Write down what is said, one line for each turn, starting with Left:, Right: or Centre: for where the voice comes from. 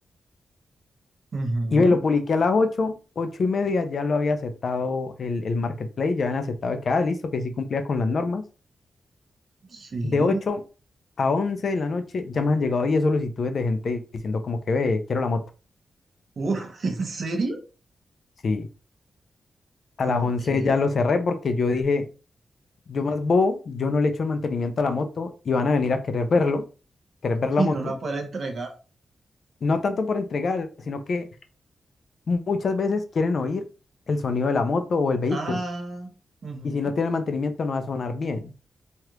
Right: ujú,
Left: Y me lo publiqué a las ocho ocho y media, ya lo había aceptado el, el marketplace, ya habían aceptado que, ah, listo, que sí cumplía con las normas
Right: Sí.
Left: De 8 a 11 de la noche ya me han llegado 10 solicitudes de gente diciendo como que ve, quiero la moto.
Right: Uf, <laughs> ¿en serio?
Left: Sí, a las
Right: Ok.
Left: 11 ya lo cerré porque yo dije, yo más bobo, yo no le echo el mantenimiento a la moto y van a venir a querer verlo, querer ver la
Right: Y
Left: moto.
Right: no la puede entregar.
Left: No tanto por entregar, sino que muchas veces quieren oír el sonido de la moto o el vehículo.
Right: Ah, ujú.
Left: Y si no tiene mantenimiento no va a sonar bien.